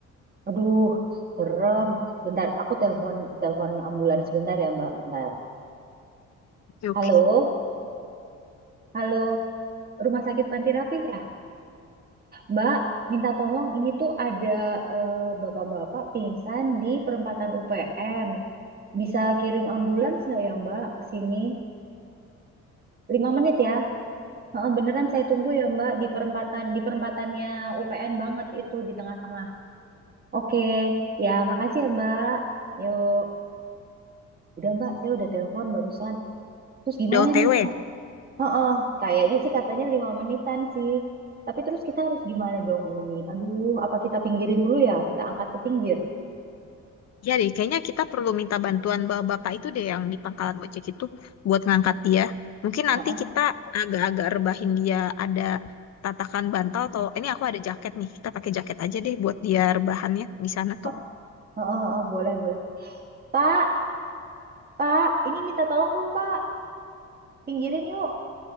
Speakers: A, on the right; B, on the left.
A: Aduh, serem. Bentar, aku telepon telepon ambulans bentar ya Mbak, bentar.
B: Oke, oke.
A: Halo. Halo, Rumah Sakit Panti Rapih ya? Mbak, minta tolong ini tuh ada eh, bapak-bapak pingsan di perempatan UPN. Bisa kirim ambulans nggak ya Mbak ke sini? Lima menit ya. Heeh, beneran saya tunggu ya Mbak di perempatan di perempatannya UPN banget itu di tengah-tengah. Oke, ya makasih ya Mbak. Yuk, udah Mbak, saya udah telepon barusan. Terus gimana
B: Udah O T
A: nih?
B: w
A: Heeh, kayaknya sih katanya lima menitan sih. Tapi terus kita harus gimana dong ini? Aduh, apa kita pinggirin dulu ya? Kita angkat ke pinggir.
B: Iya deh, kayaknya kita perlu minta bantuan bapak bapak itu deh yang di pangkalan ojek itu buat ngangkat dia. Mungkin nanti
A: Heeh,
B: kita agak-agak rebahin dia ada tatakan bantal atau ini aku ada jaket nih, kita pakai jaket aja deh buat dia rebahannya di sana
A: heeh,
B: tuh.
A: heeh, heeh, boleh, boleh. Pak, Pak, ini minta tolong dong, Pak. Pinggirin yuk,